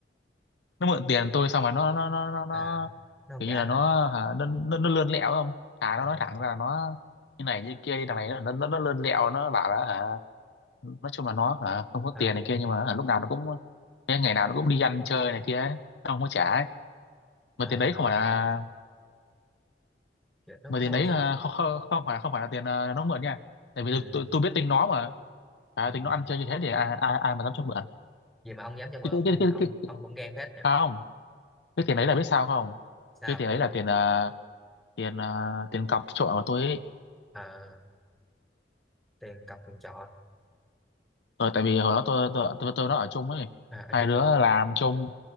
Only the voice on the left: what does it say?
nó mượn tiền tôi xong rồi nó nó nó nó, nó
kiểu
như là
nó hả nó, nó, nó lươn lẹo không thà nó
nói thẳng ra là nó như này như kia đi thằng này nó nó, nó lươn lẹo nó bảo là hả nói chung là nó hả không có
tiền này kia nhưng mà hả, lúc nào nó cũng ngày nào nó cũng đi ăn chơi này kia ấy. nó không có trả ấy. mà
tiền đấy
không phải là
mà
tiền
đấy
là không, không, không phải không phải là tiền à, nó mượn nha tại vì
tôi, tôi biết tính nó mà à,
tính nó ăn chơi như thế thì ai ai, ai mà dám cho mượn
cái, cái,
cái,
cái, cái,
à, không cái tiền đấy là biết sao không
cái tiền đấy là tiền à, tiền à, tiền cọc trọ của tôi ấy
ờ, tại vì hồi đó tôi tôi tôi, tôi nó ở chung ấy
hai
đứa
làm chung